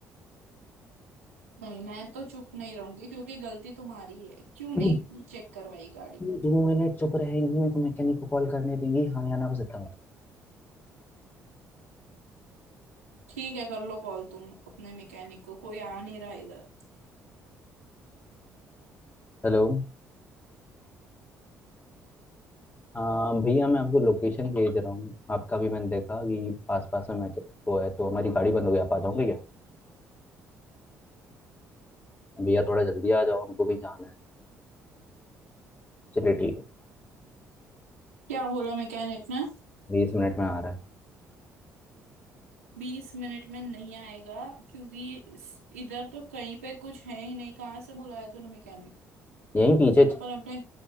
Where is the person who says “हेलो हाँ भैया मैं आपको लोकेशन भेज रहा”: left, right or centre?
Left